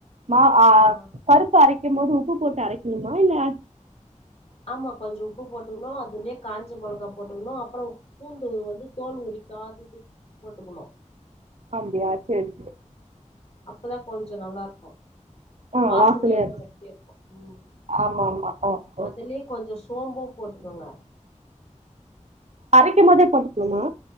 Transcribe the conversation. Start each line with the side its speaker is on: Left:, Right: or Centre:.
Right: மா
Left: ஆ
Right: பருப் அரை க போது உப்பு போட்டு அரைக்கணுமா இல்ல
Left: ஆமா கொஞ்சம் உப்பு போட்டுக்கணும் அதுலேயே காஞ்ச மிளகா போட்டுக்கணும் அப்புறம் பூண்டு வந்து தோல் உறிக்காது போட்டுக்கணும்
Right: அப்டியா சேரி சேரி
Left: அப்பதா கொஞ்சம் நல்லா இருக்கும்
Right: ஆ
Left: வாசனையாம
Right: வாசனையா இருக்கு
Left: அப்படி இருக்கும் உம்
Right: ஆமா ஆமா ஆ சேரி
Left: அதுலயே கொஞ்சம் கொஞ்ச சோம்பும் போட்டுக்கோங்க
Right: அரைக்க போதே போட்டுக்கணுமா